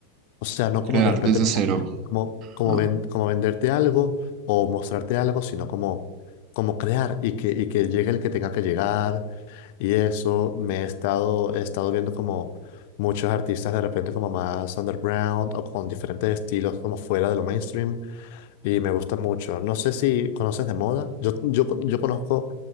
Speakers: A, on the left (about 50°); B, on the right (about 35°).
A: O sea, no como
B: crear
A: de repente
B: desde
A: como,
B: cero.
A: como, como,
B: Ah.
A: ven- como venderte algo o mostrarte algo, sino como, como crear y que, y que llegue el que tenga que llegar. Y eso me he estado, he estado viendo como muchos artistas de repente como más underground o con diferentes estilos como fuera de lo mainstream y me gusta mucho. No sé si conoces de moda. Yo, yo, yo conozco